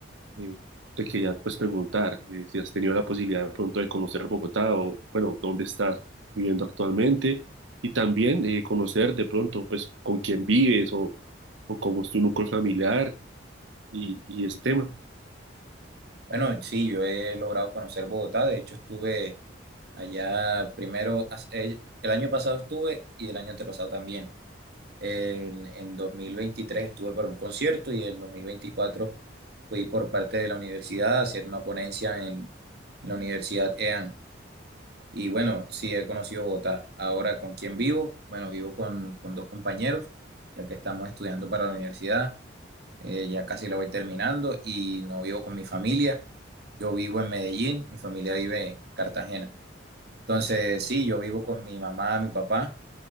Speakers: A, on the right (about 75°); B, on the right (about 55°).
A: Eh, te quería pues preguntar eh, si has tenido la posibilidad de pronto de conocer Bogotá o bueno, dónde estás viviendo actualmente y también eh, conocer de pronto pues con quién vives o, o cómo es tu núcleo familiar y, y ese tema.
B: Bueno, sí, yo he logrado conocer Bogotá, de hecho estuve allá primero, hace- el el año pasado estuve y el año antepasado también. En, en 2023 estuve para un concierto y en 2024 fui por parte de la universidad a hacer una ponencia en la Universidad EAN. Y bueno, sí he conocido Bogotá. Ahora, ¿con quién vivo? Bueno, vivo con, con dos compañeros, ya que estamos estudiando para la universidad. Eh, ya casi la voy terminando y no vivo con mi familia. Yo vivo en Medellín, mi familia vive en Cartagena. Entonces, sí, yo vivo con mi mamá, mi papá